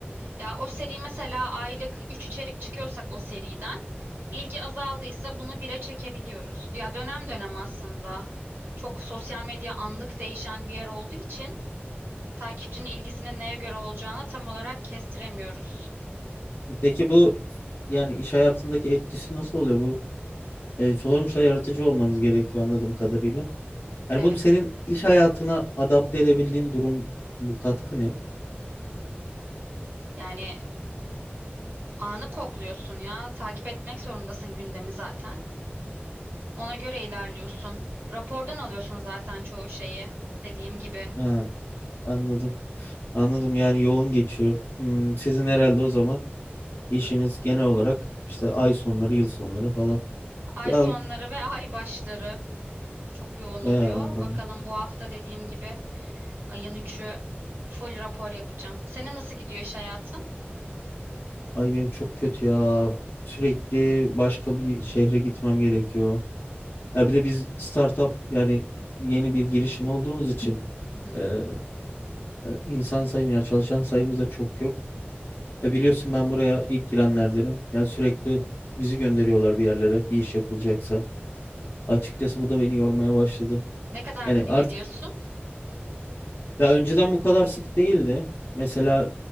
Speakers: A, on the right; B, on the left.
A: Ya o seri mesela aylık 3 içerik çıkıyorsak o seriden ilgi azaldıysa bunu bire çekebiliyoruz. Ya dönem dönem aslında çok sosyal medya anlık değişen bir yer olduğu için takipçinin ilgisinin neye göre olacağını tam olarak kestiremiyoruz.
B: Peki bu yani iş hayatındaki etkisi nasıl oluyor bu? E, sonuçta yaratıcı olmanız gerekiyor anladığım kadarıyla. Yani
A: Evet.
B: bunu senin iş hayatına adapte edebildiğin durum bu katkı ne?
A: Yani anı kokluyorsun ya. Takip etmek zorundasın gündemi zaten. Ona göre ilerliyorsun. Rapordan alıyorsun zaten çoğu şeyi dediğim gibi.
B: Ha, anladım. Anladım yani yoğun geçiyor. Hmm, sizin herhalde o zaman işiniz genel olarak işte ay sonları, yıl sonları falan.
A: Ay
B: Ya
A: sonları ve ay başları çok yoğun
B: e,
A: oluyor.
B: anladım.
A: Bakalım bu hafta dediğim gibi Ayın üçü full rapor yapacağım. Senin nasıl gidiyor iş hayatın?
B: Ay benim çok kötü ya. Sürekli başka bir şehre gitmem gerekiyor. Ya bir de biz startup yani yeni bir girişim olduğumuz için
A: Hı hı.
B: e, e, insan sayımı ya çalışan sayımız da çok yok. E biliyorsun ben buraya ilk girenlerdenim. Ya sürekli bizi gönderiyorlar bir yerlere bir iş yapılacaksa. Açıkçası bu da beni yormaya başladı.
A: Ne kadarda
B: Yani
A: bir
B: artık
A: gidiyorsun?
B: ya önceden bu kadar sık değildi. Mesela